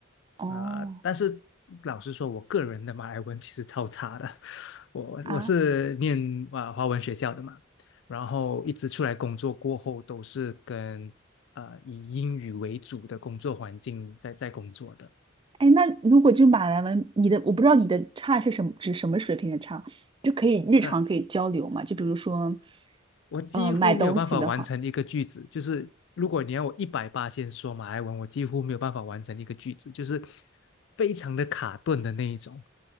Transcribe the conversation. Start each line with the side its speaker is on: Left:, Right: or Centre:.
Right: 哦
Left: 呃，但是老实说，我个人的马来文其实超差的。<laughs> 我我是念啊、
Right: 啊，
Left: 呃华文学校的嘛，然后一直出来工作过后都是跟呃以英语为主的工作环境在在工作的。
Right: 哎，那如果就马来文，你的我不知道你的差是什么，指什么水平的差，就可以日常可以交流嘛？
Left: 嗯、
Right: 就比如说，
Left: 我几乎没有办法完成一个句子，
Right: 呃，买东西的话，
Left: 就是如果你要我一百八先说马来文，我几乎没有办法完成一个句子，就是非常的卡顿的那一种。